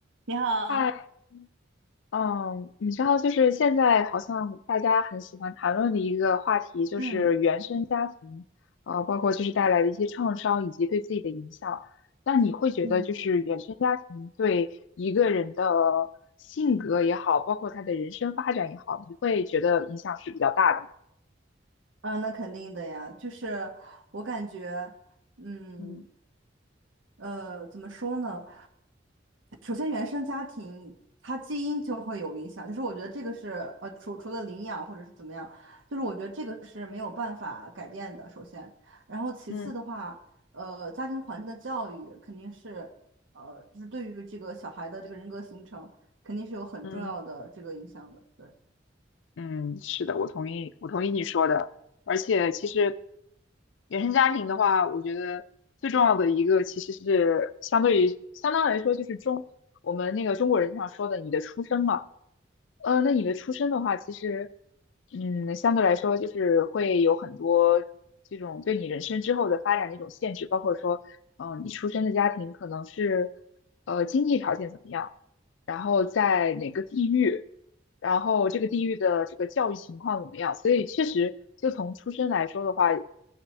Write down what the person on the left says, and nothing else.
嗨，嗯，你知道，就是现在好像大家很喜欢谈论的一个话题，就是原生家庭，
呃，包括就是带来的一些创伤以及对自己的影响。那你会觉得，
就是原生家庭对一个人的性格也好，包括他的人生发展也好，你会觉得影响是比较大的吗？
嗯
嗯
嗯，
嗯，是的，我同意，我同意你说的。而且，其实原生家庭的话，我觉得最重要的一个其实是相对于相当来说，就是中我们那个中国人经常说的你的出生嘛。呃，那你的出身的话，其实，嗯，相对来说就是会有很多这种对你人生之后的发展的一种限制，包括说，嗯、你出生的家庭可能是，呃，经济条件怎么样，然后在哪个地域，然后这个地域的这个教育情况怎么样，所以确实就从出生来说的话，呃，